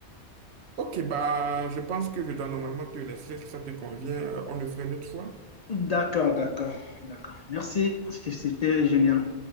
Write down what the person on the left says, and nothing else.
D'accord, d'accord, d'accord. Merci, c'était c'était génial.